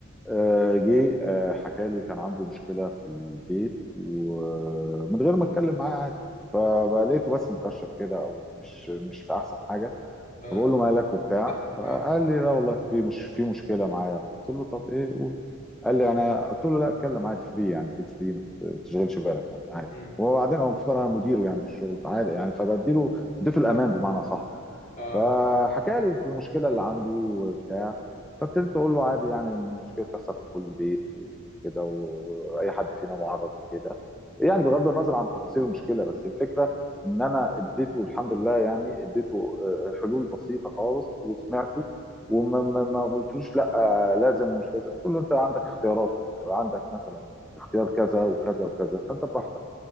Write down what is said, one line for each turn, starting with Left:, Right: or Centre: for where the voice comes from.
Centre: آه، جه آه، حكى لي كان عنده مشكله في البيت ومن غير ما اتكلم معاه عادي فلقيته بس مكشر كده او مش مش في احسن حاجه
Left: اه
Centre: فبقول له مالك وبتاع
Left: فتحت
Centre: فقال
Left: معاه
Centre: لي لا والله في مش في مشكله معايا قلت له طب ايه قول قال لي انا قلت له لا اتكلم عادي فري يعني في الفري ما تشغلش بالك يعني عادي
Left: امم
Centre: وبعدين هو المفروض انا مديره يعني في الشغل فعادي يعني فبديله اديته الامان بمعنى صح
Left: اه
Centre: فحكى لي في المشكله اللي عنده وبتاع فابتديت اقول له عادي يعني المشكله بتحصل في كل بيت وكده و- واي حد فينا معرض لكده يعني بغض النظر عن تفاصيل المشكله بس الفكره ان انا اديته الحمد لله يعني اديته آه، حلول بسيطه خالص وسمعته وما ما ما قلتلوش لا آه، لازم ومش كذا قلت له انت عندك اختيارات عندك مثلا اختيار كذا وكذا وكذا فانت براحتك